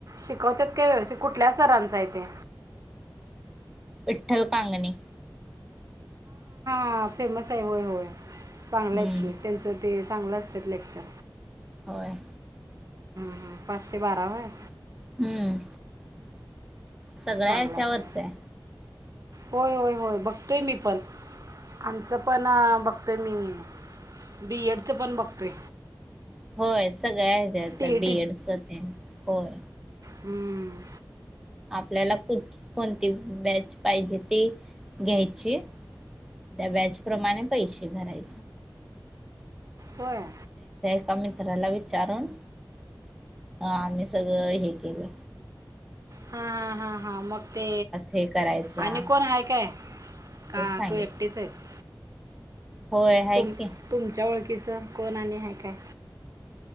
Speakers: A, on the right; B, in the centre.
A: शिकवत्यात..... ते कुठल्या सरांचं हाय ते
B: विठ्ठल कांगणे.
A: हा फेमस हाय होय होय चांगले
B: हम्म
A: हाईतकी तेंच ते..... चांगल असत्यात लेक्चर,........
B: होय
A: हं पाशेबारा व्हय.
B: हम्म सगळ्या
A: चांगलं
B: ह्याच्या
A: आहे
B: वरचा हाय.
A: होय होय होय बघतोय मी पण आमचं पण आ बघ.... कमी होईन बीएडच पण बघतोय
B: होय सगळ्या हेज त्याच
A: टी ई
B: बी एड च तेन.... होय.
A: हम्म
B: आपल्याला कु--पण ती बॅच पाहिजे ती घ्यायची... त्या बॅच प्रमाणे पैसे भराय <inaudible>
A: होय.
B: एका मित्राला विचारून आम्ही सगळं हे केलंय...
A: हा हा हा मग ते
B: हे करायचा
A: आणि कोण हाय काय? का
B: तेच सांगितलं
A: तू एकटीच हाईस
B: होय हाय
A: तुमच्या
B: की
A: ओळखीचं कोण आणि हाय काय?